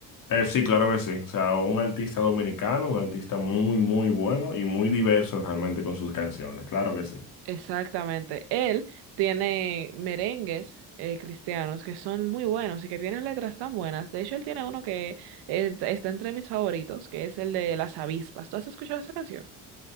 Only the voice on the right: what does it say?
Exactamente. Él tiene merengues eh, cristianos que son muy buenos y que tienen letras tan buenas. De hecho, él tiene uno que eh, está entre mis favoritos, que es el de Las Avispas. ¿Tú has escuchado esa canción?